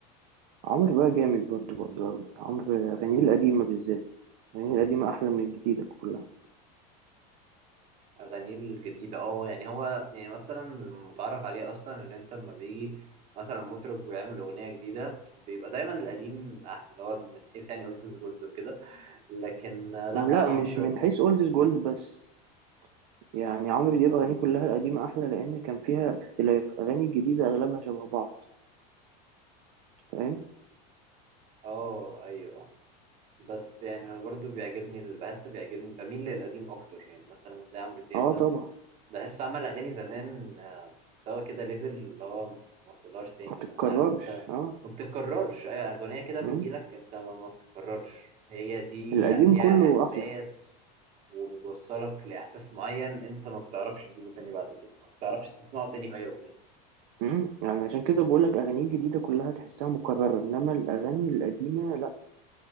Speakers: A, on the right; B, on the right.
A: عمرو بقى جامد برضو برضو قوي عمرو اغانيه القديمه بالذات اغانيه القديمه احلى من الجديده كلها
B: أغانيه الجديدة اه يعني هو يعني مثلا المتعارف عليه أصلا إن أنت لما بيجي مثلا مطرب ويعمل أغنية جديدة بيبقى دايما القديم أحسن اللي هو من حيث يعني أولد جولد وكده لكن آه، لأ
A: لا
B: عمرو
A: مش من حيث اولد از جولد بس يعني عمرو دياب أغانيه كلها القديمة أحلى لأن كان فيها اختلاف أغاني الجديدة أغلبها شبه بعض فاهم
B: اه أيوه بس يعني أنا برضه بيعجبني بحس بيعجبني بميل للقديم أكتر يعني مثلا زي عمرو دياب
A: اه
B: ده
A: طبعا
B: بحس عمل اغاني زمان آه، مستوى كده ليفل اللي هو ما وصلهاش تاني
A: ما تتكررش
B: فاهم عارف انت
A: اه
B: ما بتتكررش اي اغنيه كده
A: مم.
B: بتجيلك انت ما ما بتتكررش هي دي
A: القديم
B: لا ليها
A: كله
B: احساس
A: أحلى
B: وبتوصلك لاحساس معين انت ما بتعرفش تجيبه تاني بعد كده ما بتعرفش تسمعه تاني في اي اغنيه
A: مم. يعني عشان كده بقولك أغانيه الجديدة كلها تحسها مكررة إنما الأغاني القديمة لأ